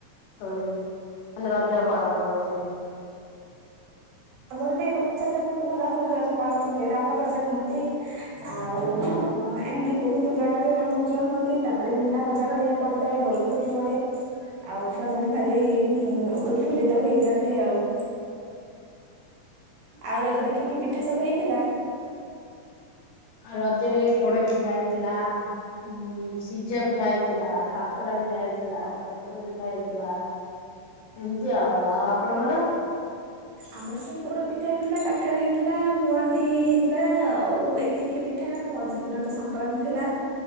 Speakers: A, on the left (about 85°); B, on the right (about 75°).
A: ଦୋଳି ରେ ରାଜ ପଳନ କରନ୍ତି।
B: ଆମର ବି ଏପଟ ସାଇଟିରେ ବହୁତ ଭଲ ଭାବରେ ରଜ ପାଳନ ହୁଏ ରାମ ରଜା ହୁଅନ୍ତି। ଆଉ ଏମିତି ବହୁତ ଜାଗାରେ ରାମରଜା ହୁଅନ୍ତି ତାପରେ ମୀନା ବଜାର ପଡ଼ିଥାଏ ଦୋଳି ଫୋଳି ପଡ଼େ ଆଉ ଛୁଆ ମାନେ ଭାରି ଉତ୍ଫୁଲିତ ହେଇଯାଆନ୍ତି ଆଉ। ଆଉ ରଜରେ କି କି ପିଠା ସବୁ ହେଇଥିଲା?
A: ଆଉ ରଜରେ ପୋଡ ପିଠା ହେଇଥିଲା। ଉଁ ସିଝା ପିଠା ହେଇଥିଲା, କାକରା ପିଠା ହେଇଥିଲା, ଚକୁଳି ପିଠା ହେଇଥିଲା ଏମିତି ଆଉ ଆଉ। ଆଉ ଆପଣଙ୍କର?
B: ଆମର ସେଇ ପୋଡ ପିଠା ହେଇଥିଲା, କାକରା ହେଇଥିଲା, ମୁହାଣ୍ଡି ହେଇଥିଲା, ଆଉ ଏତିକି ଏଠା ମଝି ଦିନ ତ ସଂକ୍ରାନ୍ତି ଥିଲା